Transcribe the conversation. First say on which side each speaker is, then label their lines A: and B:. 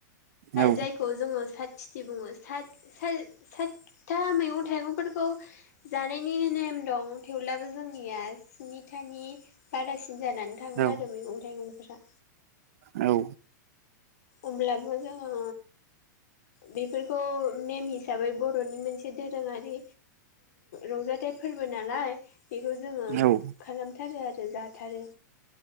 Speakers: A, on the right (about 50°); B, on the left (about 55°).
A: औ
B: जायखौ जोङो खिथि बुङो सातथा मैगं थाइगंफोरखौ जानायनि नेम दं थेवब्लाबो जोंनिया स्निथानि बारासिन जानानै थाङो
A: औ
B: आरो मैगं थाइगंफोरा।
A: औ
B: अब्लाबो जोङो बेफोरखौ नेम हिसाबै बर'नि मोनसे दोरोङारि रंजाथाइ फोरबो नालाय बेखौ जोङो
A: औ
B: खालामथारो आरो जाथारो